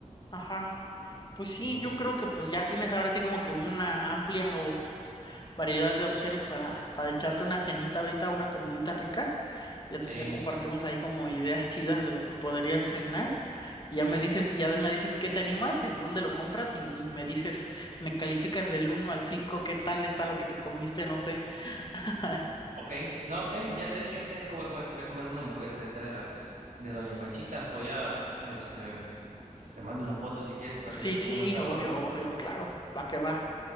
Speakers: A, on the left; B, on the right.
A: Ajá. Pues
B: Sí,
A: sí, yo creo que pues ya tienes ahora sí como que una amplia o variedad de opciones para, para echarte una cenita ahorita, una comidita rica. Ya,
B: sí,
A: ya compartimos ahí como ideas chidas de lo que podrías cenar. Y
B: sí,
A: ya me
B: sí.
A: dices, ya me dices qué te animas, en dónde lo compras y, y me dices, me calificas del uno al 5 qué tal está lo que te comiste, no sé. <laughs>
B: Ok, no sé, ya, de hecho ya sé lo que voy a comer. Voy a comerme una hamburguesa de acá de la, de Doña Panchita. Voy a, a, este, te mando una foto si quieres para
A: Sí,
B: que veas
A: sí,
B: cómo las adorna,
A: obvio, obvio, claro, va que va.